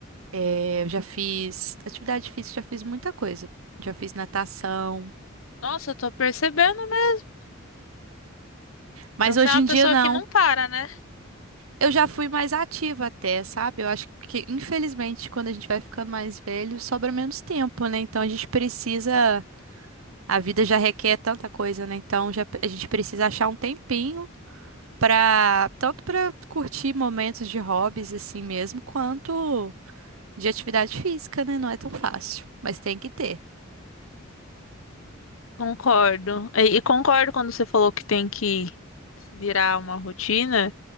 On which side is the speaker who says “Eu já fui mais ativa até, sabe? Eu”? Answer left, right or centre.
Right